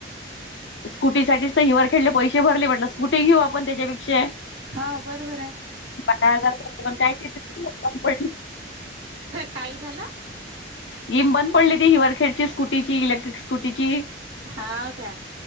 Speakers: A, on the left; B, on the right.
A: स्कुटीसाठीच तर हि वर खेडले पैसे भरले, म्हटलं स्कूटी घेऊ आपण त्याच्यापेक्षा.
B: हो बरोबर हाय.
A: बारा हजार पण काय <unintelligible> म्हणताना पडली.
B: काय झालं.
A: गेम बंद पडली ती हिवरखेडची स्कूटीची, इलेक्ट्रिक स्कूटीची.
B: हा काय